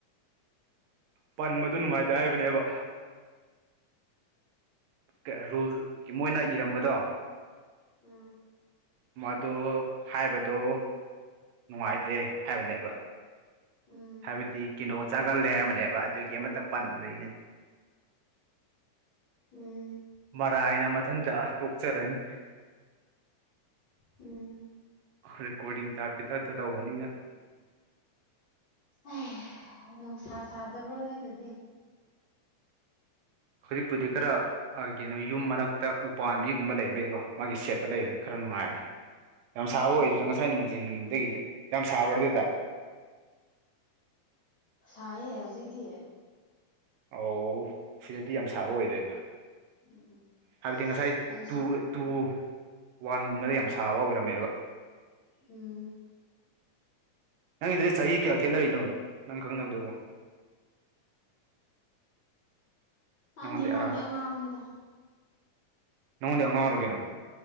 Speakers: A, on the right; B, on the left.
A: ꯄꯟꯕꯗꯨ ꯅꯨꯡꯉꯥꯏꯇꯦ ꯍꯥꯏꯕꯅꯦꯕ ꯀ ꯔꯨꯜꯖ ꯃꯣꯏꯅ ꯏꯔꯝꯕꯗꯣ
B: ꯎꯝ
A: ꯃꯗꯨ ꯍꯥꯏꯕꯗꯣ ꯅꯨꯡꯉꯥꯏꯇꯦ ꯍꯥꯏꯕꯅꯦꯕ
B: ꯎꯝ
A: ꯍꯥꯏꯕꯗꯤ ꯀꯩꯅꯣ ꯆꯥꯒꯜꯂꯦ ꯍꯥꯏꯕꯅꯦꯕ ꯑꯗꯨꯒꯤ ꯑꯃꯠꯇ ꯄꯟꯗꯦ
B: ꯎꯝ
A: ꯃꯔꯥꯢꯅ ꯃꯠ ꯊꯟꯇ ꯇꯣꯛꯆꯔꯅꯤ
B: ꯎꯝ
A: ꯔꯦꯀꯣꯔꯗꯤꯡ ꯇꯥꯢꯞꯀꯤ ꯇꯥꯢꯞꯇ ꯇꯧꯕꯅꯤꯅ
B: ꯑꯥꯢ ꯅꯨꯡꯁꯥ ꯁꯥꯗꯕ꯭ꯔꯣ ꯅꯣꯏꯗꯗꯤ
A: ꯍꯧꯖꯤꯛꯄꯨꯗꯤ ꯈꯔ ꯑꯥ ꯀꯩꯅꯣ ꯌꯨꯝ ꯃꯔꯛꯇ ꯎꯄꯥꯥꯟꯕꯤꯒꯨꯝꯕ ꯂꯩꯕꯩꯀꯣ ꯃꯥꯒꯤ ꯁꯦꯠꯇ ꯂꯩꯔꯒ ꯈꯔ ꯅꯨꯡꯉꯥꯏ ꯌꯥꯝ ꯁꯥꯕ
B: ꯎꯝ
A: ꯑꯣꯏꯗꯦꯗ ꯉꯁꯥꯏ ꯅꯨꯡꯊꯤꯟꯗꯒꯤꯗꯤ ꯌꯥꯝ ꯁꯥꯕ꯭ꯔꯣ ꯑꯗꯨꯗ <inaudible>
B: ꯁꯥꯏꯌꯦ ꯍꯧꯖꯤꯛꯇꯤ
A: ꯑꯣ ꯁꯤꯗꯗꯤ ꯌꯥꯝ ꯁꯥꯕ ꯑꯣꯏꯗꯦꯗ
B: ꯎꯝ ꯎꯝ
A: ꯍꯥꯏꯕꯗꯤ ꯉꯁꯥꯏ
B: ꯑꯩꯁꯨ
A: ꯇꯨ ꯇꯨ ꯋꯥꯟꯒꯨꯝꯕꯗ ꯌꯥꯝ ꯁꯥꯕ ꯑꯣꯏꯔꯝꯃꯦꯕ
B: ꯎꯝ
A: ꯅꯪꯒꯤꯗꯨꯗꯤ ꯆꯍꯤ ꯀꯌꯥ ꯈꯦꯠꯅꯔꯤꯅꯣ ꯅꯪ ꯈꯪꯅꯕꯗꯨꯕꯨ <inaudible> ꯅꯪꯉꯣꯟꯗꯤ
B: ꯑꯥꯅꯤ ꯃꯥꯗꯤ ꯑꯉꯥꯡꯅꯤꯗ
A: ꯅꯉꯣꯟꯗꯩ ꯑꯉꯥꯡꯔꯣ ꯀꯩꯅꯣ